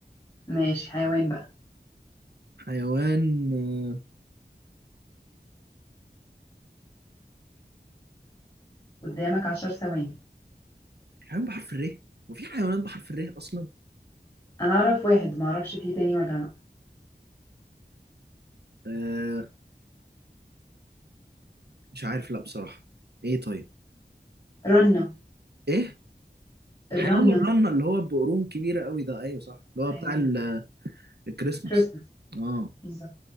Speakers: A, on the left (about 25°); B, on the right (about 70°).
A: ماشي حيوان بقى
B: حيوان آه،
A: قدامك عشر ثواني
B: حيوان بحرف الر وفي حيوانات بحرف الر اصلا
A: أنا أعرف واحد معرفش فيه تاني ولا لأ
B: آه مش عارف لا بصراحه ايه طيب
A: رنة
B: ايه
A: الرنة
B: حيوان الرنه اللي هو بقرون كبيره قوي ده ايوه صح اللي
A: أيوة
B: هو بتاع ال- الكريسماس
A: كريسماس
B: اه
A: بالظبط